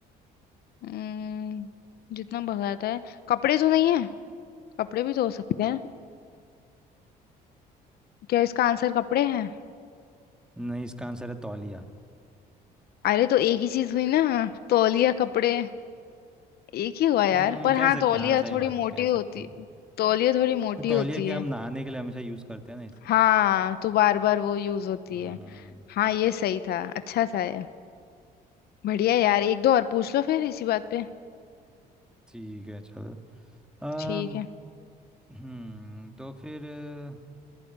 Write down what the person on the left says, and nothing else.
हम्म, जितना भगाता है कपड़े तो नहीं है कपड़े भी धो सकते हैं क्या इसका आंसर कपड़े हैं
अरे तो एक ही चीज हुई ना हाँ, तौलिया कपड़े एक ही हुआ यार
पर हाँ
तौलिया
थोड़ी
मोटी
होती
तौलिया थोड़ी मोटी
होती है
हाँ तो बार बार वो यूज होती
है हाँ ये सही था अच्छा था ये बढ़िया यार एक दो और पूछ लो फिर इसी बात पे
ठीक है